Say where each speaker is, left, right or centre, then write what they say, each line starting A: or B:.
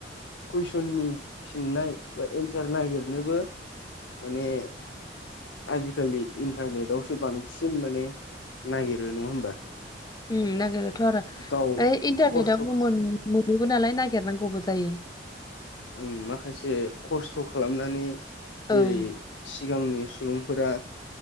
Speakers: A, on the left (about 80°); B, on the left (about 20°).
A: कुइसननि फिननाय बा एन्सार नागिरनोबो माने आजिखालि इन्टारनेटआवसो बांसिन माने नागिरो नङा होमबा?
B: ओम नागेरो थ आरो
A: गाव
B: ओइ इन्टारनेटाव
A: खस्थ'
B: गुमुर मोनोबो नालाय नागिरनांगौबो जायो।
A: ओम माखासे खस्थ खालामनानै जेरै
B: ओं
A: सिगांनि सुबुंफोरा